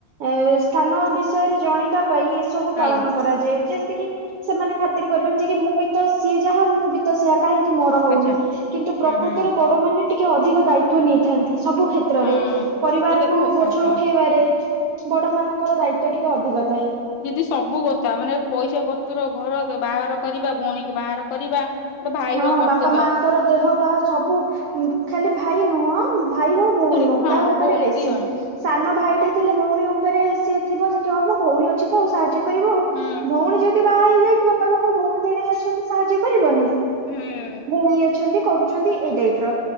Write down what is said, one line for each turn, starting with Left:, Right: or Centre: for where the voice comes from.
Right: ଏ ସ୍ଥାନ ବିଷୟରେ ଜଣେଇବା ପାଇଁ ଏ ସବୁ ପାଳନ
Left: ଆଜ୍ଞା
Right: କରାଯାଏ ଯେମତି କି ସେମାନେ ଖ ର କରିବେନ ଯେ କି ମୁଁ ବି ତ ସିଏ ଯାହା ମୁଁ ବି ତ ସିଆ। କାହିଁକି ମୋର ହଉନି
Left: ଆଚ୍ଛା
Right: କିନ୍ତୁ
Left: ହୁଁ
Right: ପ୍ରକୃତରେ
Left: ହୁଁ
Right: ବଡ ମାନେ ଟିକେ ଅଧିକ ଦାୟିତ୍ବ ନେଇଥାନ୍ତି। ସବୁ କ୍ଷେତ୍ରରେ
Left: ହଁ
Right: ପରିବାରକୁ
Left: ଏଇଟା ବି ସତ
Right: ବୋଝ
Left: କଥା।
Right: ଉଠେଇବାରେ ବଡ ମାନଙ୍କର ଦାୟିତ୍ବ ଟିକେ ଅଧିକ ଥାଏ।
Left: ଦିଦି ସବୁ କଥା ମାନେ ପଇସା ପତ୍ର ଘର ବାହାଘର କରିବା ଭଉଣୀ କି ବାହାର କରିବା ଗୋଟେ ଭାଇର
Right: ହଁ
Left: କର୍ତ୍ତବ୍ୟ
Right: ବାପା ମାଙ୍କର ଦେହ ପାହା ସବୁ ଖାଲି ଭାଇ ନୁହଁ ଭାଇ ହଉ ଭଉଣୀ ହଉ
Left: ବି ହଁ
Right: ତା ଉପରେ
Left: ଭଉଣୀ
Right: ବେଶୀ
Left: ଦି ଜଣ
Right: ସାନ ଭାଇ ଗୋଟେ ଥିଲେ ଭଉଣୀ ଉପରେ ସିଏ ଥିବ ଯେ କି ହ ମୋ ଭଉଣୀ ଅଛି ତ ଆ ସାହାଯ୍ୟ କରିବ ଆଉ
Left: ହୁଁ
Right: ଭଉଣୀ ଯଦି ବାହା ହେଇଯାଇଥିବ କହିବ ହୋଉ ଭଉଣୀ ଭଣେଇ ଅଛନ୍ତି ସାହାଯ୍ୟ କରିବନି।
Left: ହୁଁ।
Right: ବୁଣେଇ ଅଛନ୍ତି କରୁ ଛନ୍ତି ଏଇ ଟାଇପ ର